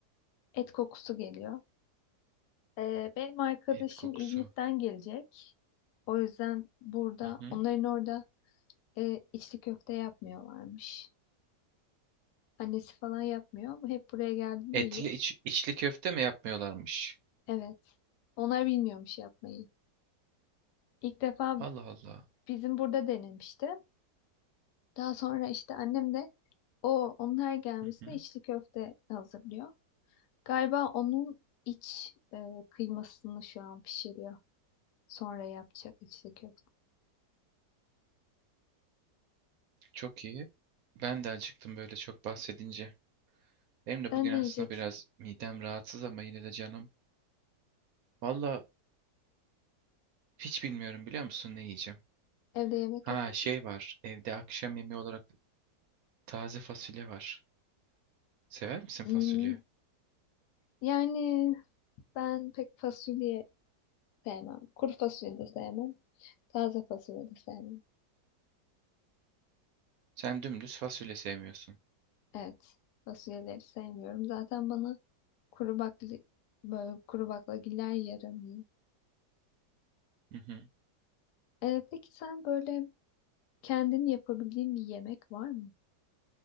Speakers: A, on the left; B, on the right.
A: Et kokusu geliyor. E, benim arkadaşım
B: et kokusu?
A: İzmit'ten gelecek. O yüzden burada
B: Hı hı.
A: onların orada e, içli köfte yapmıyorlarmış. Annesi falan yapmıyor. Bu hep buraya geldiğinde
B: Etli
A: yiyor.
B: iç, içli köfte mi yapmıyorlarmış?
A: Evet. Onlar bilmiyormuş yapmayı. İlk defa
B: Allah Allah.
A: bizim burada denemişti. Daha sonra işte annem de o onlar gelmesine
B: Hı hı.
A: içli köfte hazırlıyor. Galiba onun iç e, kıymasını şu an pişiriyor. Sonra yapacak içli köfte.
B: Çok iyi. Ben de acıktım böyle çok bahsedince. Benim de
A: Sen
B: bugün
A: ne
B: aslında
A: yiyeceksin?
B: biraz midem rahatsız ama yine de canım. Valla hiç bilmiyorum biliyor musun ne yiyeceğim?
A: Evde yemek
B: Ha
A: yapamadın.
B: şey var. Evde akşam yemeği olarak taze fasulye var. Sever misin
A: Hmm,
B: fasulye?
A: yani ben pek fasulye sevmem. Kuru fasulye de sevmem. Taze fasulye de sevmem.
B: Sen dümdüz fasulye sevmiyorsun.
A: Evet. Fasulyeleri sevmiyorum. Zaten bana kuru bakli, böyle kuru baklagiller yaramıyor.
B: Hı hı.
A: Ee, peki sen böyle kendin yapabildiğin bir yemek var mı?